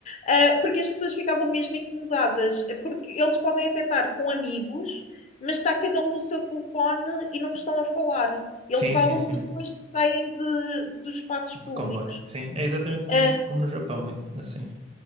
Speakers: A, on the left; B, on the right.
A: Uh, porque as pessoas ficavam mesmo incomodadas, É porque eles podem até estar com amigos, mas está cada um no seu telefone e não estão a falar. Eles
B: Sim,
A: falam
B: sim, sim.
A: depois que saem de, dos espaços
B: Do
A: públicos.
B: comboio. Sim, é exatamente mo-
A: Uh,
B: como no Japão, é, assim.